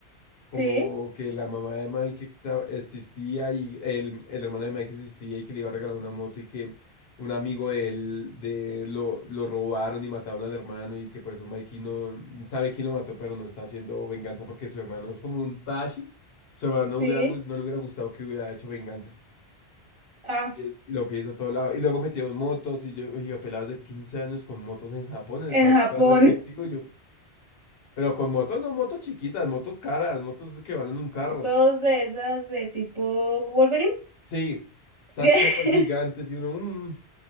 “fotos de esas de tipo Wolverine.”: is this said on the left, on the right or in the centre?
Right